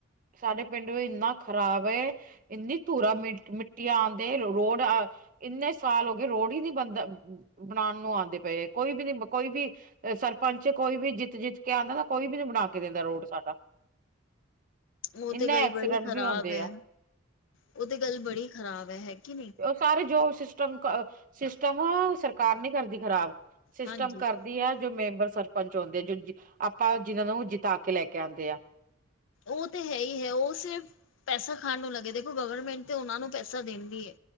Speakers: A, on the right; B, on the left.
A: ਸਾਡੇ ਪਿੰਡ ਵੀ ਏਨਾ ਖ਼ਰਾਬ ਐ। ਇੰਨੀ ਧੂਰਾ ਮ ਮਿੱਟੀਆਂ ਆਂਦੇ ਰੋਡ ਇੰਨੇ ਸਾਲ ਹੋ ਗਏ ਰੋੜ ਈ ਨੀ ਬਣਦਾ। ਬਣਾਣ ਨੂੰ ਆਂਦੇ ਪਏ ਐ, ਕੋਈ ਵੀ ਨੀ, ਕੋਈ ਵੀ ਸਰਪੰਚ, ਕੋਈ ਵੀ ਜਿੱਤ ਜਿੱਤ ਕੇ ਆਂਦਾ ਨਾ ਕੋਈ ਵੀ ਨੀ ਬਣਾ ਕੇ ਦਿੰਦਾ ਰੋਡ ਸਾਡਾ।
B: ਓ
A: ਇੰਨੇ
B: ਤੇ ਗੱਲ
A: ਐਕਸੀਡੈਂਟ
B: ਬੜੀ ਖਰਾਬ
A: ਵੀ ਹੁੰਦੇ
B: ਐ,
A: ਆ
B: ਓ ਤੇ ਗੱਲ ਬੜੀ ਖਰਾਬ ਐ। ਹੈ ਕੇ ਨਈ।
A: ਪਰ ਜੋ ਸਿਸਟਮ- ਸਿਸਟਮ ਸਰਕਾਰ ਨੀ ਕਰਦੀ ਖ਼ਰਾਬ। ਸਿਸਟਮ
B: ਹਾਂਜੀ
A: ਕਰਦੀ ਆ ਜੋ ਮੈਂਬਰ ਸਰਪੰਚ ਆਉਂਦੇ। ਜੋ ਜੋ ਅਪ ਆਪਾਂ ਜਿਨਾਂ ਨੂੰ ਜਿਤਾ ਕੇ ਲੈ ਕੇ ਆਂਦੇ ਆ।
B: ਓ ਤੇ ਹੈ ਹੀ ਹੈ। ਓ ਸਿਰਫ ਪੈਸਾ ਖਾਣ ਨੂੰ ਲੱਗੇ। ਦੇਖੋ ਗਵਰਮੈਂਟ ਤੇ ਓਨਾ ਨੂੰ ਪੈਸਾ ਦੇਂਦੀ ਐ।